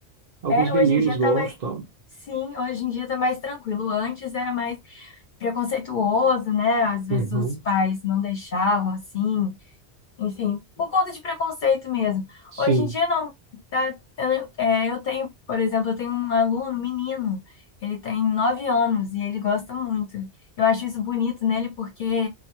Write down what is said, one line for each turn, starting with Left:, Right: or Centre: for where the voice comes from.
Right: Alguns
Left: é,
Right: meninos
Left: hoje em dia tá
Right: gostam
Left: mais.
Right: e
Left: Sim, hoje em dia tá mais tranquilo. Antes era mais preconceituoso, né? Às vezes
Right: tal. Uhum.
Left: os pais não deixavam assim. Enfim, por conta de preconceito mesmo.
Right: Sim,
Left: Hoje em dia, não. Tá, eu, é, eu tenho, por exemplo, eu tenho um aluno, menino, ele tem nove anos e ele gosta muito. Eu acho isso bonito nele porque,